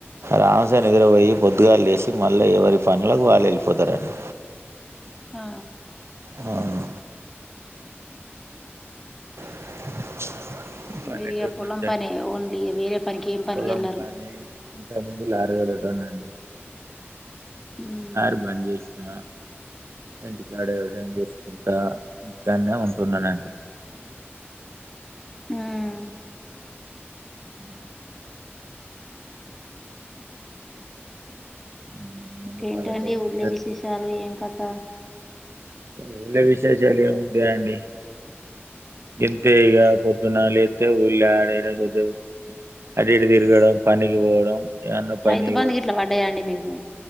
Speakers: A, on the right; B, in the centre.
A: రాస నీద్రపోయి పొద్దుగాళ్లు లేసి మళ్ళా ఎవరి పనులకి వాళ్ళు వెళ్ళిపోతారండి
B: ఆ
A: అవున్ <inaudible> పల్లెటూరు
B: మీరు ఇగ పొలం
A: నుంచి వచ్
B: పనే ఓన్లీ వేరే పనికి ఏం పనికి
A: పొలం
B: వెళ్ళరు
A: పనీ ఇంతకుముందు లారీ తోలేటోన్ని అండి
B: ఉమ్
A: లార్ బంద్ జేసిన ఇంటికాడే వ్యవసాయం చేసుకుంటా ఇంటికాన్నే ఉంటున్నానండి
B: హ్మ్
A: మ్మ్ అంతేనండి,
B: ఇకేంటండి
A: పల్లెటూరు నుంచి
B: ఊళ్ళో విశేషాలు ఏం కథ
A: ఊళ్ళో విశేషాలు ఏముంటయ్ అండి ఇంతే ఇగ పొద్దున్న లేత్తే ఊళ్లే ఆడ ఈడ రోజు అటు ఇటు తిరగడం పనికి పోవడం ఏమన్నా పనికి
B: రైతు బంధు గిట్లా వడ్డాయా అండి మీకు